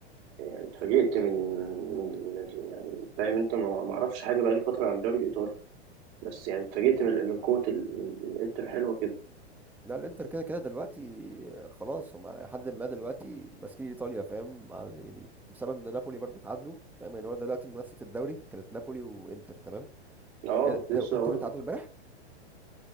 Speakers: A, on the right (about 35°); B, in the centre.
A: يعني اتفاجئت من من من- يعني فاهم أنت ما ما أعرفش حاجة بقالي فترة عن الدوري الإيطالي بس يعني اتفاجئت من من قوة ال- من من إنتر حلوة كده
B: لا الانتر كده كده دلوقتي آه، خلاص هم على حد ما دلوقتي ماسكين ايطاليا فاهم على- يعني بسبب ان نابولي برضو اتعادلوا فاهم يعني هو دلوقتي منافسه الدوري كانت نابولي وانتر تمام
A: اه
B: ايه
A: كنت
B: ده
A: لسه
B: إيه ده، انتر
A: هقول
B: اتعادلوا
A: لك
B: امبارح